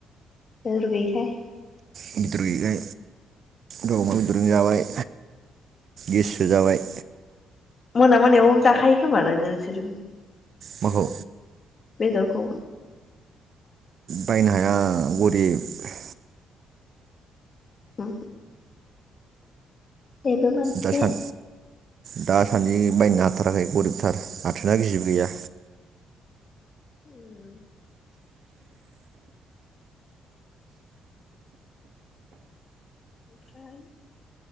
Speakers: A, on the left; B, on the right.
A: खबर गोयिखाय
B: बेदर गोयैखाय दहाय अमा बेदरजों जाबाय गेससो जाबाय।
A: मोना मोनायाव जाखायो खोमादां नोंसोर?
B: माखौ?
A: बेदरखौ।
B: बायनो हाया गरिब।
A: औ। बेबो मोनसे।
B: दासान दासान्दि बायनो हाथाराखै गरिबथार आथोना गिजिबो गैया।
A: उम। ओमफ्राय